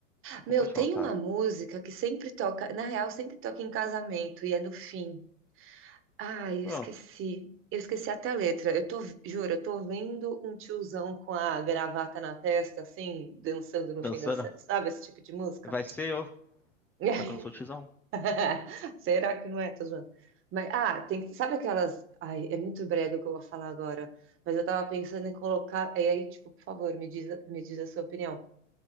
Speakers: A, on the right; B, in the centre.
A: Meu,
B: não pode
A: tem
B: faltar.
A: uma música que sempre toca, na real, sempre toca em casamento e é no fim. Ai, eu
B: Bom,
A: esqueci. Eu esqueci até a letra. Eu tô, juro, eu tô vendo um tiozão com a gravata na testa, assim, dançando no
B: dançando
A: fim da. ce- Sabe esse tipo de música?
B: vai ser eu,
A: <laughs>
B: só que eu não sou tizão.
A: <laughs> Será que não é? Tô zoando. Mas, ah, tem que. Sabe aquelas. Ai, é muito brega o que eu vou falar agora. Mas eu tava pensando em colocar. E aí, tipo, por favor, me diz, me diz a sua opinião.